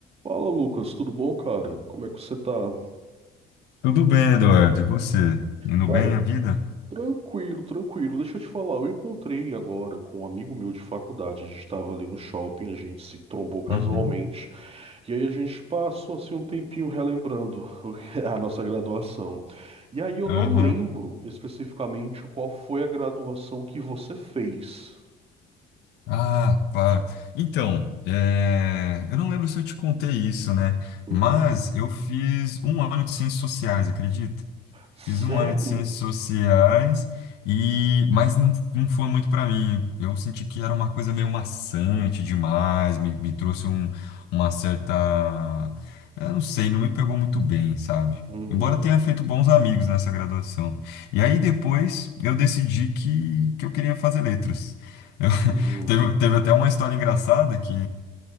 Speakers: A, on the right (about 35°); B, on the left (about 80°).
A: Fala, Lucas, tudo bom, cara? Como é que você tá?
B: Tudo bem, Eduardo. E você? Indo
A: Cara,
B: bem a vida?
A: tranquilo, tranquilo. Deixa eu te falar, eu encontrei agora com um amigo meu de faculdade. A gente tava ali no shopping, a gente se trombou casualmente,
B: Uhum.
A: e aí a gente passou assim um tempinho relembrando o que- é a nossa graduação. E aí eu
B: Aham.
A: não lembro especificamente qual foi a graduação que você fez.
B: Ah, claro. Então, é, eu não lembro se eu te contei isso, né?
A: Uhum.
B: Mas eu fiz um ano de ciências sociais, acredita?
A: Sério?
B: Fiz um ano de ciências sociais e mas não, não foi muito para mim. Eu senti que era uma coisa meio maçante demais, me, me trouxe um- uma certa, eu não sei, não me pegou muito bem, sabe?
A: Uhum.
B: Embora tenha feito bons amigos nessa graduação. E aí depois eu decidi que, que eu queria fazer letras. Eu- <laughs>
A: Uhum.
B: teve, teve até uma história engraçada que